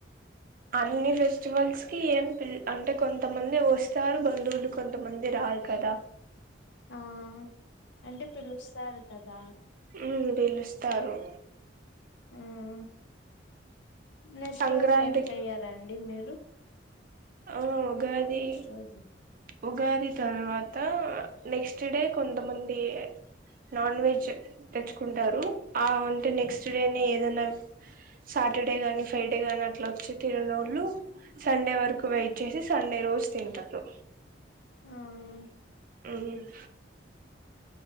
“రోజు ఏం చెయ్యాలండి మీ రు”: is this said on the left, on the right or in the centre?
Left